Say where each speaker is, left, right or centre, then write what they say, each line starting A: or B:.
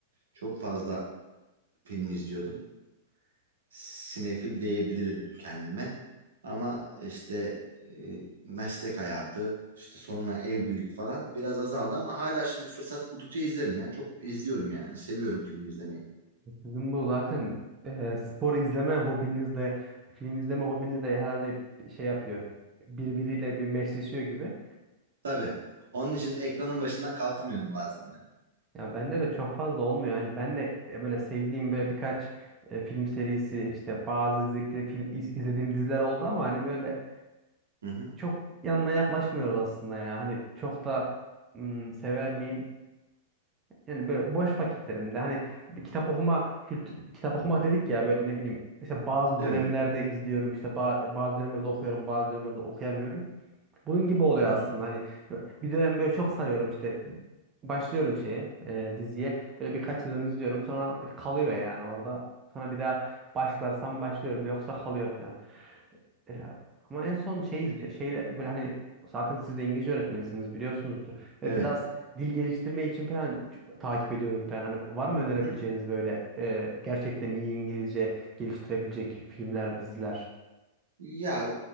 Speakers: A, on the right (about 75°); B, on the right (about 25°).
A: Çok fazla film izliyordum. Sinefil diyebilirim kendime. Ama işte e, meslek hayatı, işte sonra evlilik falan biraz azaldı ama hala şimdi fırsat buldukça izlerim ya. Çok izliyorum yani. Seviyorum film izlemeyi.
B: Sizin bu zaten e, spor izleme hobinizle, film izleme hobinizle herhalde şey yapıyor. Birbiriyle bir meşleşiyor gibi.
A: Tabii. Onun için ekranın başından kalkamıyorum bazen. yani.
B: Ya bende de çok fazla olmuyor. Hani ben de e, böyle sevdiğim böyle birkaç e, film serisi işte bazı izlediğim, izlediğim diziler oldu ama hani böyle
A: Hı hı.
B: çok yanına yaklaşmıyoruz aslında ya. Hani çok da ım, sever miyim? Yani böyle boş vakitlerimde hani bir kitap okuma kültü, kitap okumak dedik ya böyle ne bileyim işte bazı
A: Evet.
B: dönemlerde izliyorum işte ba- bazı dönemlerde okuyorum bazı dönemlerde okuyamıyorum. Bunun gibi oluyor
A: Hı hı.
B: aslında hani bir dönem böyle çok sarıyorum işte başlıyorum şeye e, diziye böyle birkaç sezon izliyorum sonra bir kalıyor yani orada sonra bir daha başlarsam başlıyorum yoksa kalıyor falan. E, ama en son şey izliyor. Şeyle böyle hani zaten siz de İngilizce öğretmenisiniz biliyorsunuzdur. Ve
A: Evet.
B: biraz dil geliştirme için falan ç- takip ediyordum falan. Hani var mı önerebileceğiniz
A: Hı hı.
B: böyle e, gerçekten iyi İngilizce geliştirebilecek filmler, diziler?
A: Ya